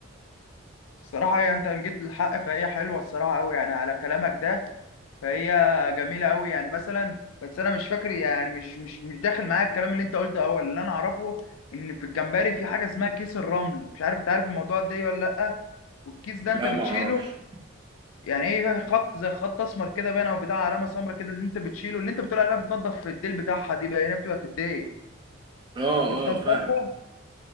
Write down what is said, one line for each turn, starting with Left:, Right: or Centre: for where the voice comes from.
Left: الصراحة هي انت جيت للحق فهي حلوة الصراحة قوي يعني على كلامك ده فهي جميله قوي يعني مثلا بس انا مش فاكر يعني مش مش مش داخل معايا الكلام اللي انت قلته اول اللي انا اعرفه ان في الجمبري في حاجه اسمها كيس الرمل مش عارف انت عارف الموضوع ده إيه ولا لا والكيس ده
Right: لا
Left: انت بتشيله
Right: ما اعرفش
Left: يعني ايه خط زي خط اسمر كده باين او بتاع علامه سمراء كده اللي انت بتشيله اللي انت بتقول عليها بتنضف في الديل بتاعها دي بقى هنا بتبقى في الديل
Right: اه
Left: بتنضفها
Right: اه فاهم